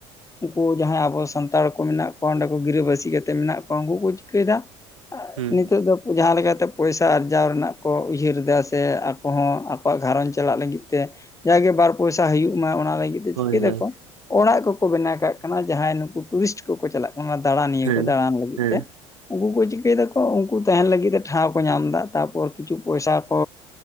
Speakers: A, on the left; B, on the right.
A: ᱩᱱᱠᱩ ᱡᱟᱸᱦᱟᱭ ᱟᱵᱚ ᱥᱟᱱᱼᱼ ᱥᱟᱱᱛᱟᱲ ᱠᱚ ᱢᱮᱱᱟᱜ ᱠᱚᱣᱟ ᱚᱸᱰᱮ ᱠᱚ ᱜᱤᱨᱟᱹᱵᱟᱹᱥᱤ ᱠᱟᱛᱮ ᱢᱮᱱᱟᱜ ᱠᱚᱣᱟ ᱩᱱᱠᱩ ᱠᱚ ᱪᱤᱠᱟᱹᱭ ᱫᱟ
B: ᱦᱩᱸ
A: ᱱᱤᱛᱚᱜ ᱫᱚᱼᱼ ᱡᱟᱦᱟᱸ ᱞᱮᱠᱟᱛᱮ ᱯᱚᱭᱥᱟ ᱟᱨᱡᱟᱣ ᱨᱮᱱᱟᱜ ᱠᱚ ᱩᱭᱦᱟᱹᱨ ᱮᱫᱟ ᱥᱮ ᱟᱠᱚ ᱦᱚᱸ ᱟᱠᱚᱣᱟᱜ ᱜᱷᱟᱨᱚᱸᱡᱽ ᱪᱟᱞᱟᱜ ᱞᱟᱹᱜᱤᱫ ᱛᱮᱼᱼ ᱡᱟᱜᱮ ᱵᱟᱨ ᱯᱚᱭᱥᱟ ᱦᱩᱭᱩᱜ ᱢᱟ ᱚᱱᱟ <unintelligible> ᱫᱚᱠᱚ ᱪᱤᱠᱟᱹᱭ
B: ᱦᱳᱭ
A: ᱫᱟᱠᱚ
B: ᱦᱳᱭ
A: ᱚᱲᱟᱜ ᱠᱚᱠᱚ ᱵᱮᱱᱟᱣ ᱠᱟᱜ ᱠᱟᱱᱟ ᱡᱟᱦᱟᱸᱭ ᱱᱩᱠᱩ ᱴᱩᱨᱤᱥᱴ ᱠᱚᱠᱚ ᱪᱟᱞᱟᱜᱼᱼ ᱚᱱᱟ ᱫᱟᱬᱟᱱᱤᱭᱟᱹ
B: ᱦᱮᱸ
A: ᱠᱚ ᱫᱟᱬᱟᱱ ᱞᱟᱹᱜᱤᱫ
B: ᱦᱮᱸ
A: ᱛᱮ ᱩᱱᱠᱩ ᱠᱚ ᱪᱤᱠᱟᱹᱭ ᱫᱟᱠᱚ ᱩᱱᱠᱩ ᱛᱟᱸᱦᱮᱱ ᱞᱟᱹᱜᱤᱫ ᱛᱮ ᱴᱷᱟᱶ ᱠᱚ ᱧᱟᱢᱫᱟ ᱛᱟᱨᱯᱚᱨ ᱠᱤᱪᱷᱩ ᱯᱚᱭᱥᱟ ᱠᱚᱼᱼ